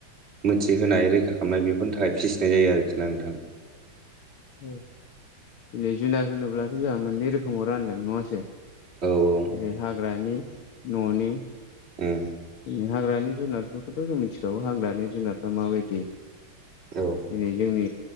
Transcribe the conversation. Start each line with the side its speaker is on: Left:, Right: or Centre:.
Right: मोनथिहोनाय रैखा खालामनाय बेफोरनि थाखाय फिसिनाय जायो आरोखि ना नोंथां।
Left: दिनै जुनार होनोब्लाथ' जोंहा मोननै रोखोमाव रानदों नङा?
Right: औ औ
Left: जेरै हाग्रानि न'नि
Right: ओं
Left: जों हाग्रानि जुनारफोरखौथ' जों मिथिखागौ हाग्रानि जुनारफ्रा माबायदि?
Right: औ
Left: दिनै जोंनि